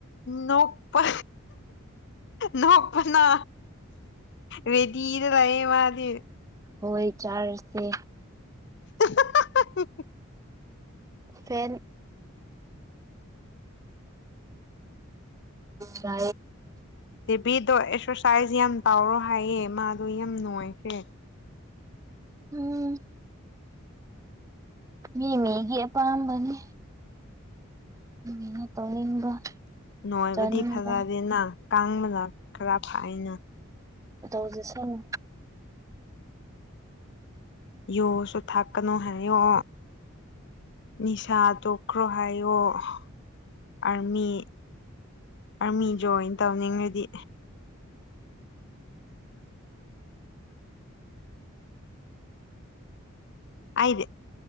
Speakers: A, on the left (about 55°); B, on the right (about 15°).
A: ꯅꯣꯛꯄ ꯅꯣꯛꯄꯅ ꯔꯦꯗꯤꯗ ꯂꯩꯌꯦ ꯃꯥꯗꯤ
B: ꯍꯣꯏ ꯆꯥꯔꯁꯦ
A: ꯍꯥꯍꯥꯍꯥꯍꯥꯍ ꯍ
B: ꯐꯦꯟ ꯀ
A: ꯗꯦꯕꯤꯗꯣ ꯑꯦꯛꯁꯔꯁꯥꯏꯖ ꯌꯥꯝ ꯇꯥꯎꯔꯣ ꯍꯥꯏꯌꯦ ꯃꯥꯗꯣ ꯌꯥꯝ ꯅꯨꯡꯉꯥꯏꯈ꯭ꯔꯦ
B: ꯎꯝ ꯃꯤ ꯃꯤꯒꯤ ꯑꯄꯥꯝꯕꯅꯤ ꯑꯩꯅ ꯇꯧꯅꯤꯡꯕ
A: ꯅꯣꯏꯕꯨꯗꯤ
B: ꯆꯥꯅꯤꯡꯕ
A: ꯐꯖꯗꯦꯅ ꯀꯥꯡꯕꯅ ꯈꯔ ꯐꯥꯏꯌꯦꯅ
B: ꯑ ꯇ ꯍꯧꯖꯁꯅꯨ
A: ꯌꯣꯁꯨ ꯊꯥꯛꯀꯅꯨ ꯍꯥꯏꯌꯣ ꯅꯤꯁꯥ ꯇꯣꯛꯈ꯭ꯔꯣ ꯍꯥꯏꯌꯣ ꯑꯥꯔꯃꯤ ꯑꯥꯔꯃꯤ ꯖꯣꯏꯟ ꯇꯧꯅꯤꯡꯉꯗꯤ ꯑꯩꯗ